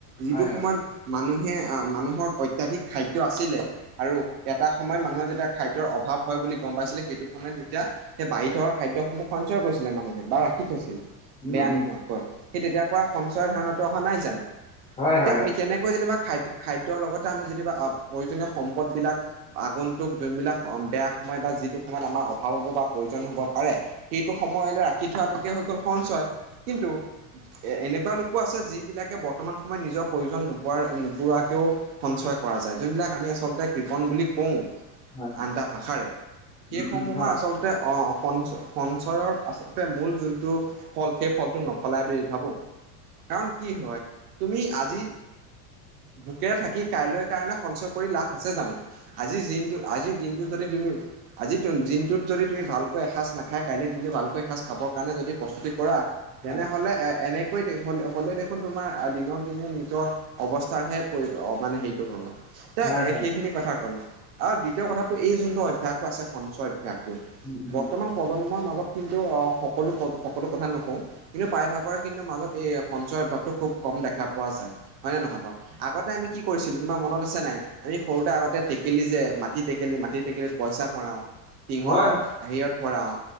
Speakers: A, on the right; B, on the left.
A: যিটো
B: হয় হয়
A: সময়ত', মানুহে এ মানুহৰ অত্যাধিক খাদ্য আছিলে আৰু এটা সময়ত মানুহে যেতিয়া খাদ্যৰ অভাৱ হয় বুলি গম পাইছিলো সেইটো সময়ত তেতিয়া সেই বাঢ়ি থকা খাদ্যসমূহ সঞ্চয় কৰিছিলে মানুহে। বাৰ ৰাখি থৈছিল
B: উম
A: বেয়া
B: উম
A: নোহোৱা কৈ। সেই তেতিয়াৰ পৰা সঞ্চয় ধাৰণাটো অহা নাই জানোঁ?
B: হয়
A: এতিয়া
B: হয় হয়
A: আমি', তেনেকৈ যেনিবা খাদ্য, খাদ্যৰ লগতে আমি যেনিবা অপ', প্ৰয়োজনীয় সম্পদবিলাক', আগন্তুক যোনবিলাক অ', বেয়া সময় বা যিটো সময়ত আমাৰ', অভাৱ হ'ব বা প্ৰয়োজন হ'ব পাৰে সেইটো সময়লৈ ৰাখি থোৱাটোকে হৈ গ'ল সঞ্চয়। কিন্তু এ', এনেকুৱা লোক', লোক আছে, যিবিলাকে বৰ্তমান সময়ত নিজৰ প্ৰয়োজন নোপোৱা', নোপোৱাকেও', সঞ্চয় কৰা যায়, যোনবিলাক আমি আচলতে কৃপন বুলি কওঁ।
B: হয় হয়
A: আনটা ভাষাৰে, সেইসমূহৰ
B: উম উম হয়
A: আচলতে অহ', সঞ্চ', - সঞ্চয়ৰ', মূল যোনটো ফল সেই ফলটো নফলাই বুলি ভাবোঁ', কাৰণ কি হয়, তুমি আজি', ভূকে থাকি কাইলৈৰ কাৰণে সঞ্চয় কৰি লাভ আছে জানোঁ? আজিৰ দিনটো, আজিৰ দিনটোত যদি তুমি, আজি দিনটোত', যদি তুমি ভালকৈ এসাঁজ নাখায়, কাইলৈ দিনটো ভালকৈ এসাঁজ খাবৰ কাৰণে যদি প্ৰস্তুতি কৰা', তেনেহলে
B: হয় হয়
A: এ', এনেক', কৈ দে হ'লে', হ'লে দেখোন তোমাৰ দিনক দিনে নিজৰ অৱস্থাৰহে হেৰি, মানে হেইটো হ'ব', পুৰা
B: হয় হয়
A: এ',
B: হয়
A: সেইখিনি কথা ক'লো, আৰু দ্বিতীয় কথাটো এই যোনটো অভ্যাসটো আছে সঞ্চয় অভ্যাসটো?
B: উম উম হয় উম হয় হয় হয় উম উম
A: বৰ্তমান প্ৰজন্মৰ মাজত কিন্তু আহ', সকলো, সকলো কথা নকওঁ', কিন্তু প্ৰায়ভাগৰে কিন্তু মাজত এই সঞ্চয় অভ্যাসটো খুব কম দেখা পোৱা যায়। হয় নে নহয় বাৰু, আগতে আমি কি কৰিছিলোঁ তোমাৰ মনত আছে নাই? আমি সৰুতে আগতে টেকেলি যে, মাটি টেকেলি, মাটি টেকেলত পইচা ভৰাও', টিঙৰ
B: হয়
A: হেৰিয়ত ভৰাও',